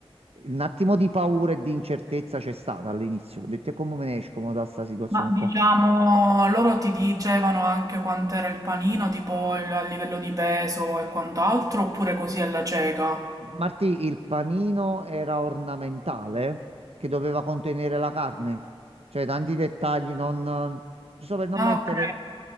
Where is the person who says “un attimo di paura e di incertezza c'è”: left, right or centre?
Right